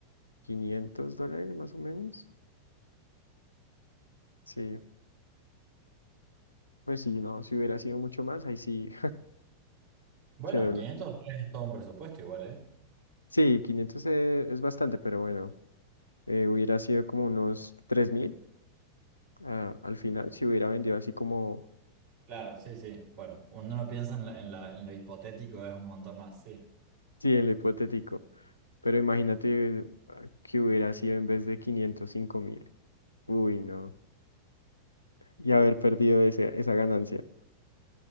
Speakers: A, on the left; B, on the right.
A: 500 dólares más o menos. Sí, pues sí, no, si hubiera sido mucho más, ahí sí,
B: Bueno,
A: <laughs> qué dolor.
B: quinientos dólares es todo un presupuesto igual, ¿eh?
A: Sí, 500 e- es, bastante, pero bueno, eh, hubiera sido como unos 3000 ah, al final, si hubiera vendido así como,
B: Claro, sí, sí. Bueno, uno no piensa en, la- en la- en lo hipotético, es un montón más, sí.
A: sí, en lo hipotético. Pero imagínate ah, que hubiera sido en vez de quinientos cinco mil Uy, no. Y haber perdido ese, esa ganancia.